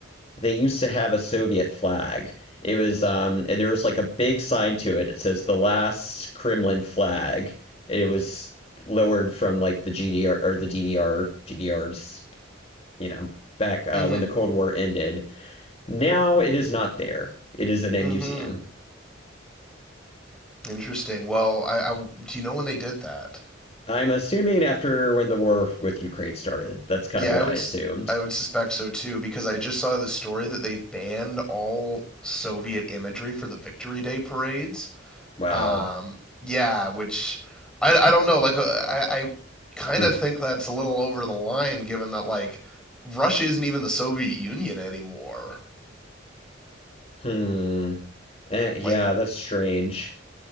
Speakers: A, on the left; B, in the centre.
A: they used to have a Soviet flag. It was, um, and there was like a big sign to it. It says the last Kremlin flag. And it was lowered from like the GDR or the DDR, GDR's, you know, back uh,
B: Mm-hmm.
A: when the Cold War ended. Now it is not there. It is in a
B: Mm-hmm.
A: museum.
B: Interesting. Well, I, I do you know when they did that?
A: I'm assuming after when the war with Ukraine started. That's kind
B: Yeah,
A: of what
B: I
A: I
B: would
A: assumed.
B: s- I would suspect so too because I just saw the story that they've banned all Soviet imagery for the Victory Day parades.
A: Wow.
B: Um, yeah, which I, I don't know. Like uh, I, I kind
A: Hmm.
B: of think that's a little over the line, given that like Russia isn't even the Soviet Union anymore.
A: Hmm. Eh, yeah,
B: Like
A: that's strange.